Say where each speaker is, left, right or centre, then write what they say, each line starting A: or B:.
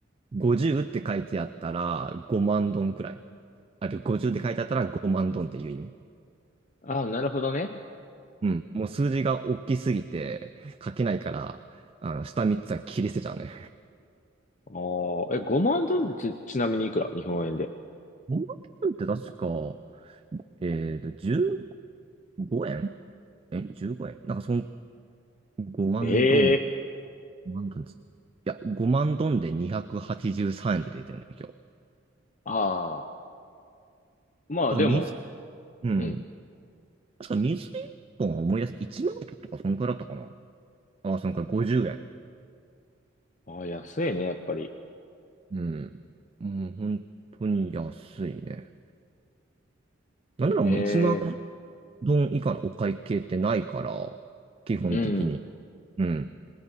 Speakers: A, on the right; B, on the left.
A: ご50って書いてあったら5万ドンくらい。あるいは50って書いてあったら5万ドンっていう意味。
B: ああ、なるほどね。
A: うん。もう数字が大きすぎて書けないから、あの、下3つは切り捨てちゃうね。
B: ああ、え、5万ドルってち、ちなみにいくら日本円で。
A: 5万って確か、えっと、15円え ?15 円なんかその5万ドン、
B: ええ
A: 5万ドンついや、5万ドンで283円で出てるね、今日。
B: ああ、まあでも、
A: だからうん。
B: うん。
A: 確か水一本は思い出す。1万円とかそんくらいだったかな。ああ、そんくらい50円。
B: ああ、安いね、やっぱり。
A: うん。もう本当に安いね。なんならもう1万
B: ええ、
A: ドン以下のお会計ってないから、基本的に。
B: うん。
A: うん。